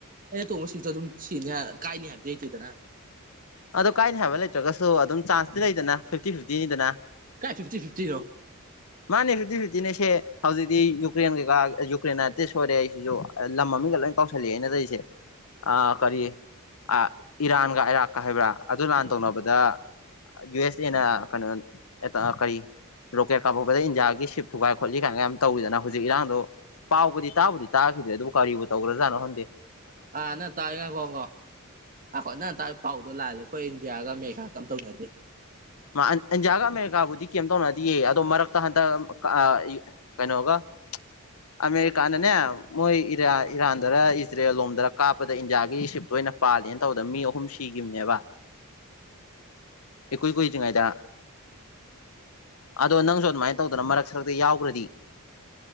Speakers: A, on the right; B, on the left.
A: ꯑꯩꯅ ꯇꯣꯡꯕ ꯁꯤꯕꯇꯣ ꯑꯗꯨꯝ ꯁꯤꯅꯤ ꯀꯥꯏꯅꯤ ꯍꯥꯏꯕꯗꯤ ꯂꯩꯇꯦꯗꯅ
B: ꯑꯗꯣ ꯀꯥꯏꯅꯤ ꯍꯥꯏꯕ ꯂꯩꯇ꯭ꯔꯒꯁꯨ ꯑꯗꯨꯝ ꯆꯥꯟꯁꯇꯤ ꯂꯩꯗꯅ ꯐꯤꯐꯇꯤ ꯐꯤꯐꯇꯤꯅꯤꯗꯅ꯫
A: ꯀꯥꯏ ꯐꯤꯐꯇꯤ ꯐꯤꯐꯇꯤꯅꯣ
B: ꯃꯥꯅꯦ ꯐꯤꯐꯇꯤ ꯐꯤꯐꯇꯤꯅꯦꯁꯦ꯫ ꯍꯧꯖꯤꯛꯇꯤ ꯌꯨꯀ꯭ꯔꯦꯟ ꯀꯩꯀꯥ ꯌꯨꯀ꯭ꯔꯦꯟ ꯑꯥꯔꯇꯤꯁ ꯑꯣꯏꯔꯦ ꯑꯩꯁꯤꯁꯨ ꯂꯝ ꯃꯃꯤꯡꯒ ꯂꯣꯏ ꯀꯥꯎꯁꯜꯂꯛꯑꯦ ꯑꯩꯅ ꯇꯧꯔꯤꯁꯦ꯫ ꯑ ꯀꯔꯤ ꯑ ꯏꯔꯥꯟꯒ ꯏꯔꯥꯛꯀ ꯍꯥꯏꯕ꯭ꯔꯥ ꯑꯗꯨ ꯂꯥꯟ ꯇꯧꯅꯕꯗ ꯌꯨ ꯑꯦꯁ ꯑꯦꯅ ꯀꯩꯅꯣ ꯑꯦ ꯀꯔꯤ ꯔꯣꯀꯦꯠ ꯀꯥꯕꯛꯄꯗ ꯏꯟꯗꯤꯌꯥꯒꯤ ꯁꯤꯞ ꯊꯨꯒꯥꯏ ꯈꯣꯠꯂꯤ ꯀꯥꯏꯅꯒ ꯌꯥꯝ ꯇꯧꯋꯤꯗꯅ ꯍꯧꯖꯤꯛ ꯏꯔꯥꯡꯗꯣ ꯄꯥꯎꯕꯨꯗꯤ ꯇꯥꯕꯨꯗꯤ ꯇꯥꯈꯤꯗ꯭ꯔꯦ ꯑꯗꯨꯕꯨ ꯀꯔꯤꯕꯨ ꯇꯧꯒꯔꯖꯥꯅꯣ ꯍꯟꯗꯦ꯫
A: ꯑꯥ ꯅ ꯇꯥꯏ <unintelligible> ꯅ ꯇꯥꯏ ꯄꯥꯎꯗꯣ ꯂꯥꯂꯦ꯫ ꯑꯩꯈꯣꯏ ꯏꯟꯗꯤꯌꯥꯒ ꯑꯃꯦꯔꯤꯀꯥꯒꯝ ꯇꯧꯅꯗꯦ꯫
B: ꯃ ꯏꯟꯗꯤꯌꯥꯒ ꯑꯃꯦꯔꯤꯀꯥꯕꯨꯗꯤ ꯀꯩꯝ ꯇꯧꯅꯗꯤꯌꯦ ꯑꯗꯣ ꯃꯔꯛꯇ ꯍꯟꯗꯛ ꯑ ꯏ ꯀꯩꯅꯣꯒ ꯑꯃꯦꯔꯤꯀꯥꯅꯅꯦ ꯃꯣꯏ ꯏꯔꯥ ꯏꯔꯥꯟꯗꯔ ꯏꯖꯔꯦꯜ ꯂꯣꯝꯗꯔ ꯀꯥꯞꯄꯗ ꯏꯟꯗꯤꯌꯥꯒꯤ ꯁꯤꯞꯇꯨ ꯈꯣꯏꯅ ꯄꯥꯜꯂꯦꯅ ꯇꯧꯕꯗ ꯃꯤ ꯑꯍꯨꯝ ꯁꯤꯈꯤꯕꯅꯦꯕ ꯏꯀꯨꯨꯏ ꯀꯨꯏ ꯉꯩꯗ꯫ ꯑꯗꯣ ꯅꯪꯁꯨ ꯑꯗꯨꯃꯥꯏꯅ ꯇꯧꯗꯅ ꯃꯔꯛ ꯁꯔꯛꯇ ꯌꯥꯎꯈ꯭ꯔꯗꯤ꯫